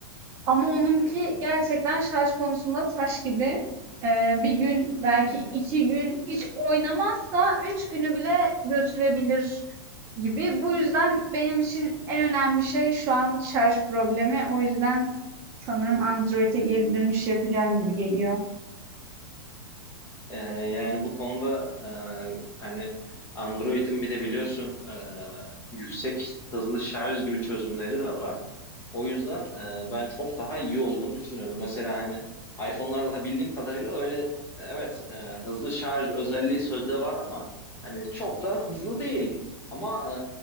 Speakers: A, on the right; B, on the left.
A: Ama onunki gerçekten şarj konusunda taş gibi. Eee, bir gün belki
B: hı hı.
A: iki gün hiç oynamazsa üç günü bile götürebilir gibi. Bu yüzden benim için en önemli şey şu an şarj problemi. O yüzden sanırım Android'e geri dönüş yapacağım gibi geliyor.
B: Ee, yani bu konuda e, hani Android'in bir de biliyorsun e, yüksek hızlı şarj gibi çözümleri de var. O yüzden e, ben çok daha iyi olduğunu düşünüyorum. Mesela hani iPhone'larda bildiğim kadarıyla öyle e, evet e, hızlı şarj özelliği sözde var ama hani çok da hızlı değil. Ama e,